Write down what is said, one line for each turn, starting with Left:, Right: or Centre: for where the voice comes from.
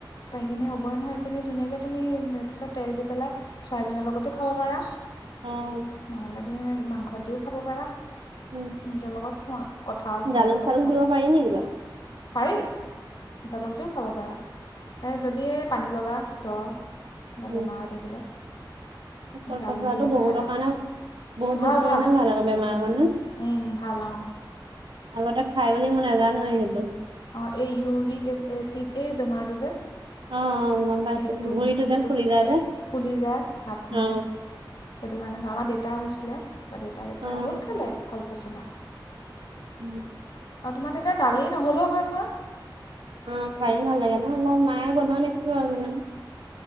Left: তাৰ সেইখিনি হ'বই নহয় সেইখিনি ধুনীয়াকৈ তুমি পিছত তেল দি পেলাই চয়াবিনৰ লগতো খাব পাৰা
Right: অ'।
Left: নহ'লে তুমি মাংসত দিও খাব পাৰা।
Right: উম।
Left: নিজৰ লগত খোৱা। কথা আৰু কিহৰ
Right: জালুক
Left: লগত
Right: চালুক
Left: খোৱা
Right: দিব পাৰি নি কিবা?
Left: পাৰি, জালুক দিও খাব পাৰা। এই যদি এ পানী লগা জ্বৰ বা
Right: উম
Left: বেমাৰ হৈ থাকিলে
Right: কল
Left: জালুক
Right: পচলাটো
Left: দি পেলাই
Right: বহুতৰ কাৰণে বহুত
Left: ভাল
Right: বস্তুৰ
Left: ভাল
Right: কাৰণে আকৌ বেমাৰৰ কাৰণে
Left: উম, উম, ভাল অ'।
Right: আগতে খাই বুলি মই নাজানোৱে সেইটো।
Left: অ', এই ইউৰিক এচিড এই বেমাৰটো যে
Right: উম, উম, গম পাইছো
Left: সেইটো
Right: ভৰিতো
Left: সেইটো
Right: যে ফুলি যায় যে
Left: ফুলি যায় হাত
Right: অ
Left: মুখ সেইটো কাৰণে বা আমাৰ দেউতাই হৈছিলে, তাৰপৰা দেউতাই তেতিয়া
Right: উম
Left: বহুত খালে কলপচলা।
Right: উম।
Left: আৰু তোমাৰ তেতিয়া দালি নহলেও হয় নহয়।
Right: উম, খাইও ভাল লাগে ন', মোৰ মায়ে বনোৱা দেখো আৰু ইমান।